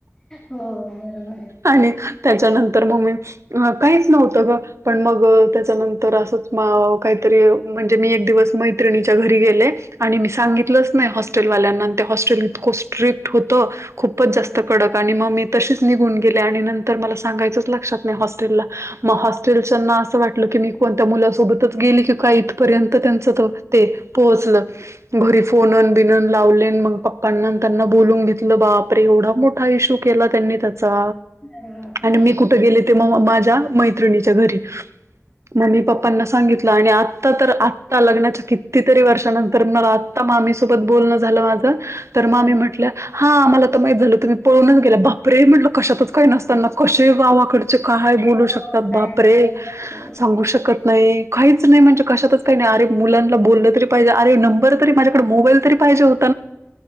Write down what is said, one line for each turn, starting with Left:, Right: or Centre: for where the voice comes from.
Left: हो बरोबर ये.
Right: आणि त्याच्यानंतर मग मी, काहीच नव्हतं गं. पण मग त्याच्यानंतर असंच काहीतरी म्हणजे, मी एक दिवस मैत्रिणीच्या घरी गेले. आणि मी सांगितलंच नाही, हॉस्टेलवाल्यांना ते हॉस्टेल इतकं स्ट्रिक्ट होतं. खूपच
Left: हा
Right: जास्त कडक आणि मग मी तशीच निघून गेले. आणि नंतर मला सांगायचंच लक्षात नाही हॉस्टेला. मग हॉस्टेलच्याना असं वाटलं की, मी कोणत्या मुलांसोबत गेली की काय इथपर्यंत त्यांच तर, ते पोहोचल. घरी फोनन बिनून लावले मग प पण नंतरन बोलून घेतलं बाप रे, एवढा मोठा इशू केला त्यांनी त्यांचा.
Left: अरे बापरे
Right: आणि मी कुठे गेले ते, म माझ्या मैत्रिणीच्या घरी मम्मी पप्पा. त्यांना सांगितलं. आणि आता तर आत्ता लग्नाच्या कितीतरी वर्षानंतर मला, मामी सोबत बोलणं झालं माझं. तर मामी
Left: हो हो,
Right: म्हटलं हा आम्हाला तर माहीत झालं, तुम्ही पळूनच गेला बापरे म्हटल कशा काही नसताना कसे, गावाकडचे काय
Left: हो.
Right: बोलू शकतात
Left: काय
Right: बापरे.
Left: पण करू शकते.
Right: सांगू शकत नाही काहीच नाही, म्हणजे कशातच काही नाही. अरे मुलांना बोललं तरी पाहिजे, अरे नंबर तरी माझ्याकडे मोबाईल. तरी पाहिजे हो <unintelligible>